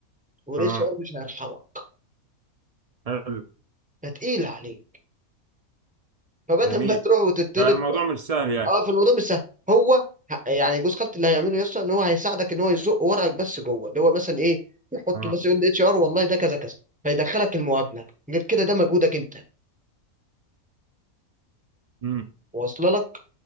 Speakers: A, in the centre; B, on the right.
A: والاتش
B: اه
A: ار مش هيرحمك
B: حلو
A: فتقيل عليك فبدل
B: جميل
A: ما تروح وتطرد
B: يعني الموضوع مش سهل يعني
A: اه فالموضوع مش سهل هو ه- يعني جوز خالتي اللي هيعمله يسطا ان هو هيساعدك ان هو يزق ورقك بس جوه اللي هو مثلا ايه يحطه
B: اه
A: مثلا يقول اتش ار والله ده كذا كذا فيدخلك المقابله غير كده ده مجهودك انت
B: امم
A: واصله لك